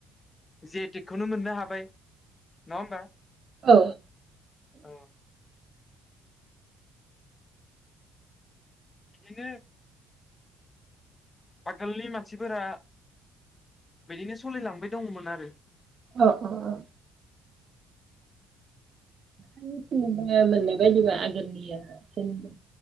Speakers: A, on the left (about 25°); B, on the right (about 50°).
A: जिआईटेकखौनो मोननो हाबाय। नङाहोमबा?
B: औ
A: औ। बिदिनो आगोलनि मानसिफोरा बिदिनो सलिलांबाय दङमोन आरो।
B: अ अ अ। <unintelligible> मोननाय बायदिबा आगोलनिया जेनेबा